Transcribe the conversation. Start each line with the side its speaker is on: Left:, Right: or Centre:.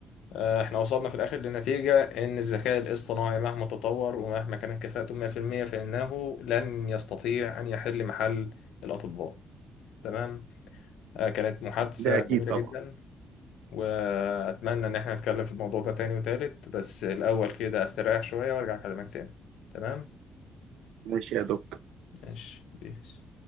Left: آه، احنا وصلنا في الاخر لنتيجة ان الذكاء الاصطناعي مهما تطور ومهما كانت كفاءته 100% فانه لن يستطيع ان يحل محل الاطباء تمام آه، كانت محادثة
Right: ده اكيد
Left: جميلة
Right: طبعا
Left: جدا واتمنى ان احنا نتكلم في الموضوع ده تاني وتالت بس الاول كده استريح شوية وارجع اكلمك تاني تمام
Right: ماشي يا دكتور
Left: ماشي بيس